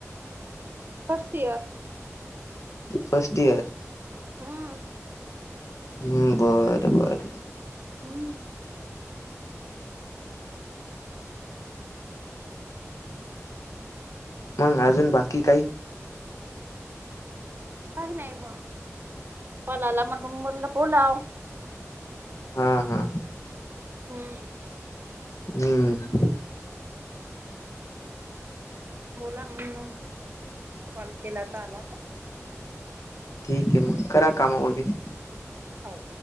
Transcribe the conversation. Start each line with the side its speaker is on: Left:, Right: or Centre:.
Right: First year.
Left: First year.
Right: हां.
Left: हम्म, बरं बर.
Right: हम्म,
Left: मंग, अजून बाकी काही,
Right: काही नाही, कॉल आला म्हणल बोलाव.
Left: हा हा.
Right: हम्म,
Left: हम्म,
Right: बोला म्हग, कॉल केला तर आला आता.
Left: ठीक आहे मग, करा कामं मग.
Right: ह ओ